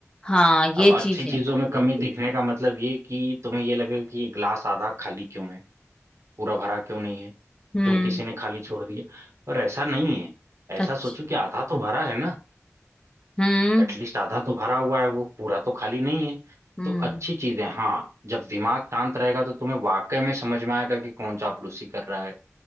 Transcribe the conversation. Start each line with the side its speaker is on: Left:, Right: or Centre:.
Left: हाँ
Right: अब
Left: ये
Right: अच्छी
Left: चीज
Right: चीजों
Left: है
Right: में कमी दिखने का मतलब ये कि तुम्हें ये लगेगा कि ये ग्लास आधा खाली क्यों है पूरा भरा क्यों नहीं है
Left: हम्म
Right: क्यों किसी ने खाली छोड़ दिया पर ऐसा नहीं है ऐसा
Left: अच्छा
Right: सोचो कि आधा तो भरा है ना
Left: हम्म
Right: एटलीस्ट आधा तो भरा हुआ है वो पूरा तो खाली नहीं है
Left: हम्म
Right: तो अच्छी चीज है हाँ जब दिमाग शांत रहेगा तो तुम्हें वाकई में समझ में आएगा कि कौन चापलूसी कर रहा है